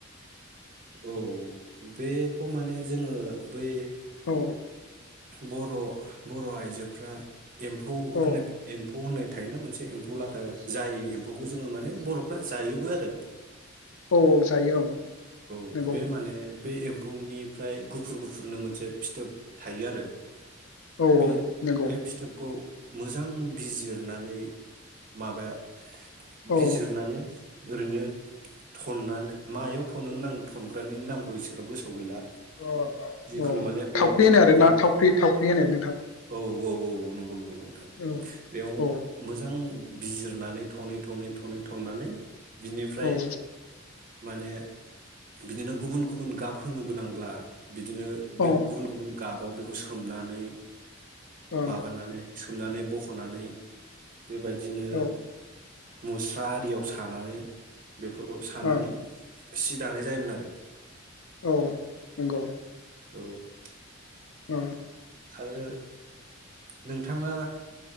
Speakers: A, on the right (about 45°); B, on the left (about 75°).
A: औ बेखौ माने जोङो बै
B: औ
A: बर बर आइजोफ्रा एम्फौ
B: औ
A: होन एम्फौ होनाय थायोना मोनसे एम्फौ लाथा जाय एम्फौखौ जोङो माने बरफ्रा जायोबो आरो
B: औ औ जायो ओं
A: औ
B: नोंगौ।
A: बे माने बे एम्फौनिफ्राय गुफुर गुफुरनो मोनसे फिथोब थायो आरो
B: औ औ
A: बे
B: नंगौ
A: बे फिथोबखौ मोजां बिजिरनानै माबाया
B: औ
A: बिजिरनानै ओरैनो थननानै मायाव थनोमोन आं थनग्रानि नामखौ इसिग्राब गोसोआव गैला
B: अ अ
A: जिखुनु
B: औ
A: माने बेयाव
B: थावख्रि होनो आरो
A: बे
B: ना थावख्रि थाव बे होनो नोंथां
A: औ औ औ नंगौ नंगौ नोंथां
B: औ
A: बेयाव
B: औ
A: मोजां बिजिरनानै थनै थनै थनै थननानै बिनिफ्राय
B: औ
A: माने बिदिनो गुबुन गुबुन गाब होनो गोनांब्ला बिदिनो
B: औ
A: बिल गुबुन गुबुन गाबाव बेखौ सोमनानै <inaudible>
B: औ
A: माबानानै सोमनानै ब हनानै बेबायदिनो
B: औ
A: मुस्रा आरियाव सानानै बेफोरखौ सानानै
B: औ
A: सि दानाय जायोमोन आरो।
B: औ नंगौ
A: औ <unintelligible>
B: ओं
A: आरो नोंथाङा